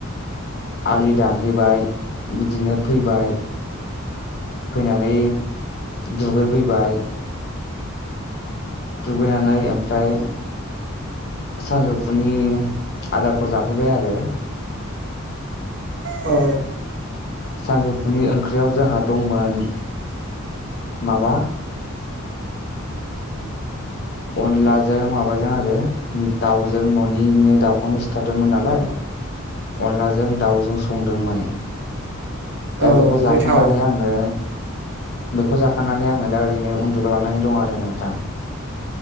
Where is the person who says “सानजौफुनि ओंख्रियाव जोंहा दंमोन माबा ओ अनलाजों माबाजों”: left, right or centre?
Left